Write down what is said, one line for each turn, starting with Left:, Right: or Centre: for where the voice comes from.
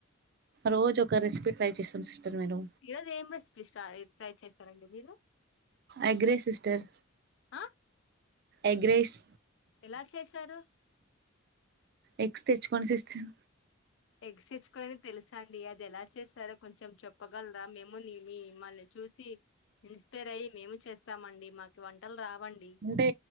Right: రోజు ఒక రెసిపీ ట్రై చేస్తాం సిస్టర్ మీరు
Left: ఈరోజు ఏం రెసిపీ స్ట ట్రై చేస్తారండి మీరు
Right: ఎగ్ రైస్ సిస్టర్
Left: ఆ
Right: ఎగ్ రైస్
Left: ఎలా చేసారు
Right: ఎగ్స్ తెచ్చుకొని సిస్టర్
Left: ఎగ్స్ తెచ్చుకొని అని తెలుసాండి అది ఎలా చేస్తారో కొంచెం చెప్పగలరా మేము మిమల్ని చూసి ఇన్స్పైర్ అయ్యి మేము చేస్తామండి మాకు వంటలు రావండి
Right: అంటే